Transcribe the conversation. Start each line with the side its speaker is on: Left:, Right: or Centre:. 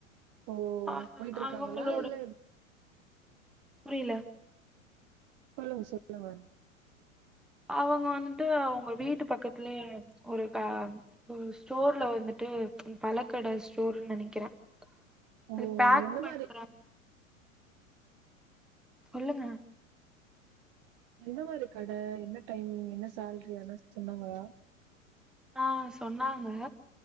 Right: ஓ
Centre: ஆ
Right: போயிட்ருக்காங்களா
Centre: அவங்களோட
Right: இல்ல
Centre: புரில
Right: சொல்லுங்க சொல்லுங்க
Centre: அவங்க வந்துட்டு அவுங்க வீட்டு பக்கத்துலயே ஒரு க ஒ ஸ்டோர்ல வந்துட்டு ம் பழக்கட ஸ்டோருன் நெனைக்கிறே
Right: ஓ
Centre: அது பேக்
Right: எந்த
Centre: பண்றாங்
Right: மாரி
Centre: சொல்லுங்க
Right: எந்த மாரி கட, என்ன டைமிங் என்ன சேல்ரி எதனா சொன்னாங்ளா
Centre: ஆ சொன்னாங்க